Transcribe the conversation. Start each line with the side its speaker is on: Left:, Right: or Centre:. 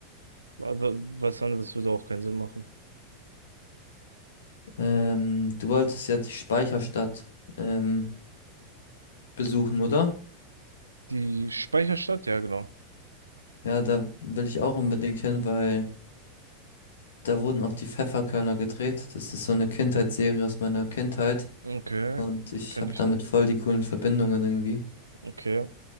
Right: Aber was anderes würde auch keinen Sinn machen.
Left: Ähm, du wolltest ja die Speicherstadt ähm, besuchen, oder?
Right: Die Speicherstadt, ja, genau.
Left: Ja, da will ich auch unbedingt hin, weil da wurden auch die Pfefferkörner gedreht. Das ist so eine Kindheitsserie aus meiner Kindheit
Right: Okay,
Left: und ich
Right: kann
Left: habe
Right: ich.
Left: damit
Right: ja-
Left: voll die coolen Verbindungen irgendwie.
Right: Okay.